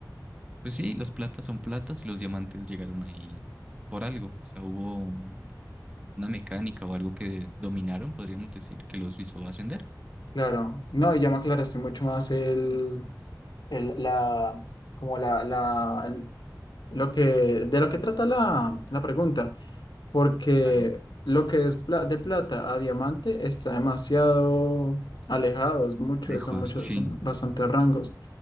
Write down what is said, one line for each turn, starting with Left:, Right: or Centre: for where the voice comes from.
Right: Pues sí, los platas son platas y los diamantes llegaron ahí por algo. O sea, hubo un- una mecánica o algo que dominaron, podríamos decir, que los hizo ascender.
Left: Claro, no, y ya me aclaraste mucho más el, el- la, como la, la, Lo que, de lo que trata la, la pregunta, porque
Right: Claro,
Left: lo que es pla- de plata a diamante está demasiado alejado, es mucho,
Right: lejos,
Left: son muchos,
Right: sí,
Left: son bastantes rangos.